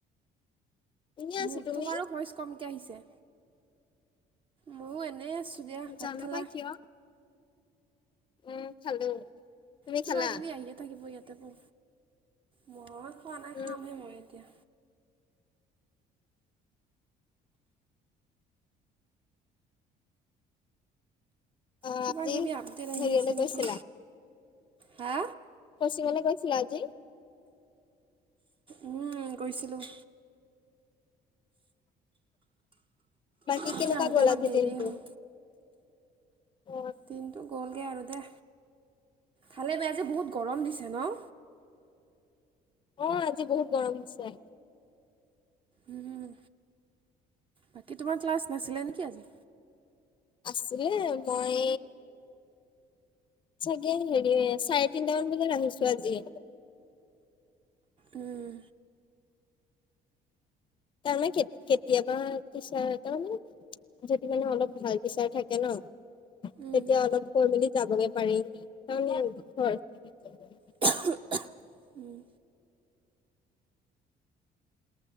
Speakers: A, on the left; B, on the right.
A: এনেই আছো
B: মোৰতো
A: তুমি?
B: বাৰু ভইচ কমকে আহিছে। ময়ো এনেই আছোঁ দিয়া। ভাত
A: জানো
B: খালা?
A: পাই কিয়? উম, খালোঁ, তুমি
B: কিবা
A: খালা?
B: কিবি আহিয়ে থাকিব ইয়াতে ব, মই খোৱা নাই,
A: উম,
B: খামহে মই এতিয়া।
A: অ',
B: কিবা-কিবি
A: আজি
B: আপডেট আহি
A: হেৰিয়লে
B: আছে
A: গৈছিলা?
B: নেকি? হা।
A: ক'ৰ্চিনলে গৈছিলা আজি?
B: উম, গৈছিলোঁ।
A: বাকী
B: আজি
A: কেনেকুৱা
B: আহোঁতে
A: গ'ল
B: অলপ
A: আজি
B: দেৰিয়ে
A: দিনটো?
B: হ'ল।
A: অ'।
B: দিনটো গ'লগে আৰু দে। ভালে বেয়া আজি বহুত গৰম দিছে ন।
A: অ', আজি বহুত গৰম দিছে।
B: উম। বাকী তোমাৰ ক্লাছ নাছিলে নেকি আজি?
A: আছিলে মই চাগে হেৰি, চাৰে তিনটামান বজাত আহিছোঁ আজি।
B: উম।
A: তাৰমানে কেত- কেতিয়াবা <inaudible> যদি মানে অলপ ভালকে চাই থাকে ন
B: উম।
A: তেতিয়া অলপ কৈ মেলি যাবগে পাৰি, কাৰণ <inaudible>
B: <unintelligible> উম।